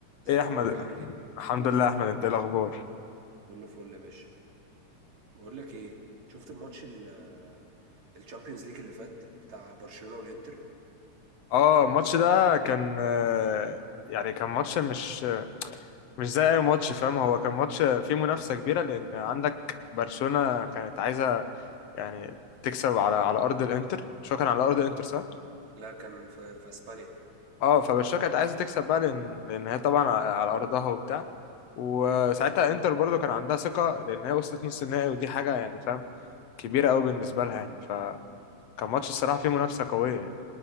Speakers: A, on the right; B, on the left.
A: ازيك
B: ايه يا احمد
A: يا مارك عامل ايه
B: الحمد لله يا احمد انت ايه الاخبار
A: كله فل يا باشا بقول لك ايه شفت الماتش ال الشامبيونز ليج اللي فات بتاع برشلونة والانتر
B: اه الماتش ده كان آه، يعني كان ماتش مش مش زي اي ماتش فاهم هو كان ماتش فيه منافسة كبيرة لان عندك برشلونة كانت عايزة يعني تكسب على على ارض الانتر شو كان على ارض الانتر صح
A: لا كان في, في اسبانيا
B: اه فبرشلونة كانت عايزة تكسب بقى لان لان هي طبعا على على ارضها وبتاع وساعتها انتر برضو كان عندها ثقة لان هي وصلت نص النهائي ودي حاجة يعني فاهم كبيرة قوي بالنسبة لها يعني فكان ماتش الصراحة فيه منافسة قوية يعني.